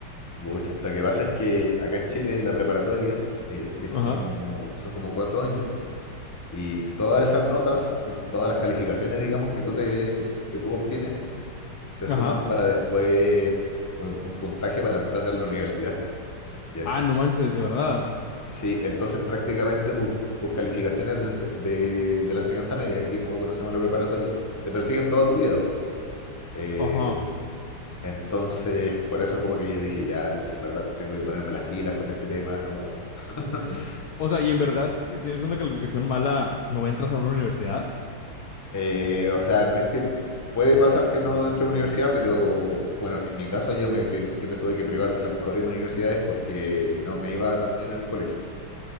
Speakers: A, on the left; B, on the left.
A: Muchas. Lo que pasa es que acá en Chile, en la preparatoria, eh, que es
B: Ajá,
A: como, son como cuatro años, y todas esas notas, todas las calificaciones, digamos, que tú te, que tú obtienes, se
B: ajá.
A: suman para después un un puntaje para entrar a la universidad, ¿ya?
B: Ah, no manches, de verdad.
A: Sí, entonces prácticamente tus, tus calificaciones de, ense- de- de la enseñanza media, aquí como conocemos la preparatoria, te persiguen toda tu vida. Eh,
B: Ajá.
A: entonces, por eso como que yo dije, ya, si en verdad tengo que ponerme las pilas con este tema, no... <laughs>
B: O sea, y en verdad, si tienes una calificación mala, ¿no entras a una universidad?
A: Eh, o sea, no es que puede pasar que no entre a universidad, pero bueno, en mi caso yo me, pri- yo me tuve que privar de las mejores universidades porque no me iba tan bien en el colegio.